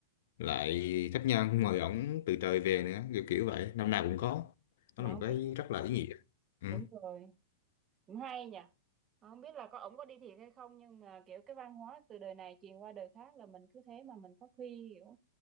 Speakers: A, on the left; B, on the right.
A: lại khách nhân mời ổng từ trời về nữa kiểu kiểu vậy năm nào cũng có
B: mà
A: đó là một
B: không
A: cái
B: biết
A: rất là ý nghĩa ừ.
B: đúng rồi cũng hay nhỉ Mà không biết là có ổng có đi thiệt hay không nhưng mà kiểu cái văn hóa từ đời này truyền qua đời khác là mình cứ thế mà mình phát huy kiểu